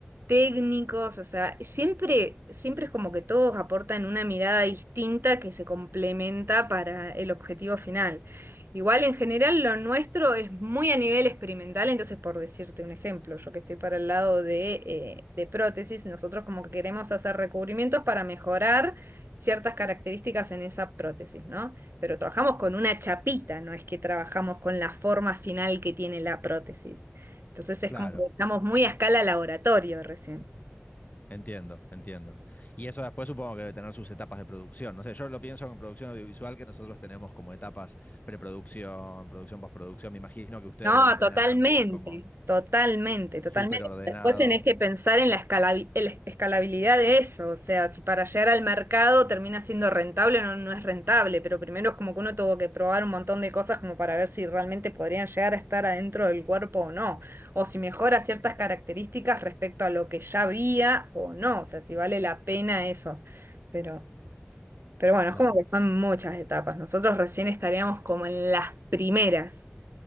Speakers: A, on the right; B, on the left.
A: técnicos, o sea, siempre, siempre es como que todos aportan una mirada distinta que se complementa para el objetivo final. Igual en general lo nuestro es muy a nivel experimental, entonces por decirte un ejemplo, yo que estoy para el lado de, eh, de prótesis, nosotros como que queremos hacer recubrimientos para mejorar ciertas características en esa prótesis, ¿no? Pero trabajamos con
B: Sí.
A: una chapita, no es que trabajamos con la forma final que tiene la prótesis. Entonces es
B: Claro,
A: como que estamos muy a escala laboratorio recién.
B: entiendo, entiendo. Y eso después supongo que debe tener sus etapas de producción. No sé, yo lo pienso en producción audiovisual que nosotros tenemos como etapas preproducción, producción, postproducción. Me imagino que ustedes
A: No,
B: deben tener
A: totalmente.
B: también como
A: Totalmente, totalmente.
B: súper ordenado.
A: Después tenés que pensar en la escalabi- en la escalabilidad de eso, o sea, si para llegar al mercado termina siendo rentable o no, no es rentable, pero primero es como que uno tuvo que probar un montón de cosas como para ver si realmente podrían llegar a estar adentro del cuerpo o no, o si mejora ciertas características respecto a lo que ya había o no, o sea, si vale la pena eso. Pero Pero bueno,
B: Claro,
A: es como que son muchas etapas. Nosotros recién estaríamos como en las primeras.